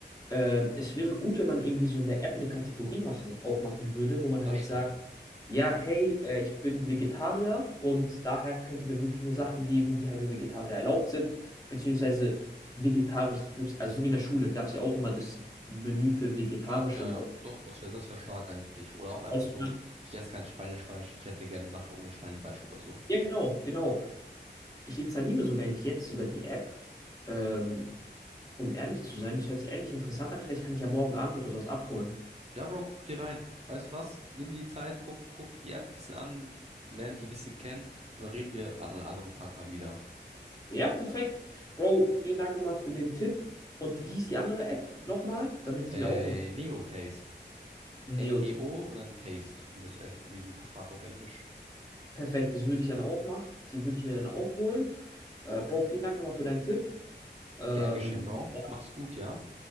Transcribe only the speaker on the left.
ähm, es wäre gut, wenn man irgendwie so in der App eine Kategorie machen, aufmachen würde, wo man
halt
sagt, ja, hey, äh, ich bin Vegetarier und daher könnt ihr mir wirklich nur Sachen geben, die halt für Vegetarier erlaubt sind, beziehungsweise vegetarisch, also so wie in der Schule gab es ja auch immer das Menü für vegetarische
Leute.
Also,
ja, genau, genau. Ich installiere sogar nicht jetzt sogar die App, ähm, um ehrlich zu sein. Das hört sich ehrlich interessant an. Vielleicht kann ich ja morgen Abend oder sowas abholen.
Ja, perfekt. Bro, vielen Dank nochmal für den Tipp. Und wie hieß die andere App nochmal? Damit ich
mir auch.
Neotech.
Perfekt, das würde ich dann auch machen. Die würde ich mir dann auch holen. Äh, Bro, vielen Dank nochmal für deinen Tipp. Ähm,
ja.